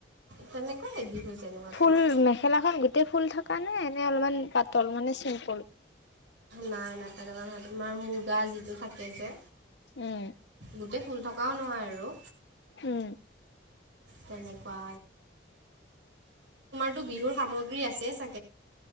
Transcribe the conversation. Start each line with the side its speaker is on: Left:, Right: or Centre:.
Right: তেনেকুৱাই বিহু যেনেকুৱা
Left: ফুল
Right: তোমাৰ
Left: মেখেলাখন গোটেই ফুল থা কাৰণে এনে অলপমান পাতল মানে চিম্পুল
Right: নাই নাই তেনেকুৱা নহয় তোমাৰ মুগা যিটো থাকে যে
Left: উম
Right: গোটেই ফুল থকাও নহয় আৰু।
Left: উম,
Right: তেনেকুৱা টো বিহুৰ সামগ্ৰী আছে ছা